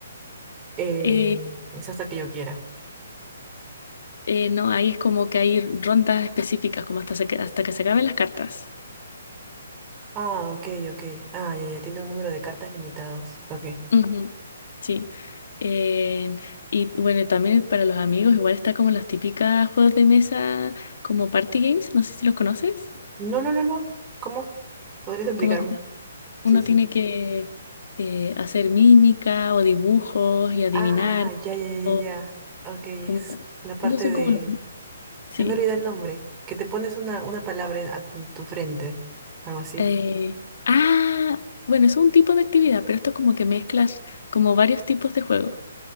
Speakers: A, on the right (about 25°); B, on the left (about 65°).
A: eh,
B: Eh,
A: es hasta que yo quiera.
B: eh, no, ahí es como que hay rondas específicas, como hasta, se que- hasta que se acaben las cartas.
A: Ah, ok, ok, ah, ya, ya, tiene un número de cartas limitados, ok.
B: Ujú, Sí. Eh, y bueno, también para los amigos, igual está como las típicas juegos de mesa, como party games, no sé si los conoces.
A: No, no, no, no, ¿cómo? ¿Podrías explicarme?
B: Como que uno
A: Sí, sí,
B: tiene
A: sí.
B: que eh, hacer mímica o dibujos y adivinar.
A: Ah, ya, ya, ya, ya,
B: o
A: ya. Ok, es
B: como,
A: la parte
B: esos son
A: de
B: como los... Sí.
A: Se me olvida el nombre. Que te pones una, una palabra en, a tu frente. Algo así.
B: Eh, ah, bueno, es un tipo de actividad, pero esto es como que mezclas como varios tipos de juegos.